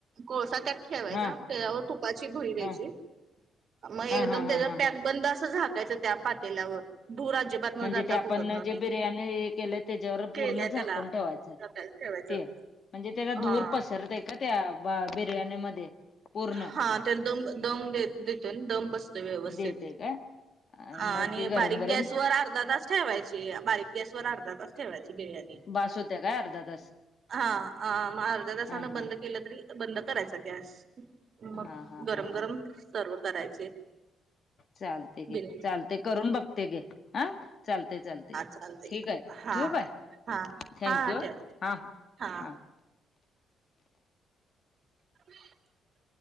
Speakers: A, on the right; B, on the left.
A: कोळसा त्यात. ठेवायचा
B: हा
A: त्याच्यावर तुपाची धुरी द्यायची.
B: हा
A: मग एकदम
B: हा हा
A: त्याचा
B: हा हा
A: पॅक
B: हा
A: बंद असं झाकायचं त्या पातेल्यावर धुर अजिबात न
B: म्हणजे
A: जाता
B: ते आपण
A: कुठं नाही
B: जे बिर्याणी केलं तेच्यावर
A: केल्या
B: पूर्ण झाकून
A: त्याला
B: ठेवायचं.
A: झाकायला ठेवायचं
B: ते म्हणजे त्यांचा
A: हा
B: धुर पसरतय का ते त्या बिर्याणीमध्ये. पूर्ण
A: हा तर दम दम देतोय दम बसतोय ना व्यवस्थित.
B: देते काय
A: अ
B: मग
A: आणि
B: ते गरम
A: बारीक
B: गरम
A: गॅस वर अर्धा तास ठेवायची बारीक गॅस वर अर्धा तास. ठेवायची बिर्याणी.
B: बास होत्या काय अर्धा तास
A: हा मग अर्ध्या तासान
B: हा हा
A: बंद केलं तरी. बंद करायचा गॅस. मग
B: हा हा
A: गरम
B: हा हा
A: गरम सर्व्ह करायचे.
B: चालते गे
A: बिर्याणी.
B: चालते करून बघते. घे हा चालते चालते.
A: चालतंय
B: ठीक आहे
A: हां
B: ठेवू काय
A: हां
B: थँक्यू
A: हां ह ठेवा
B: हा
A: हां.
B: हा
A: <unintelligible>